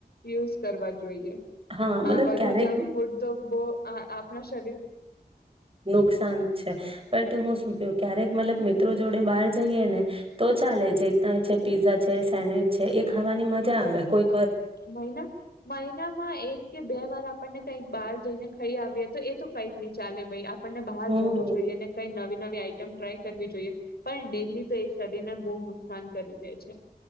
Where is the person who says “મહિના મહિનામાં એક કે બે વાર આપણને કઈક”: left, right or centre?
Left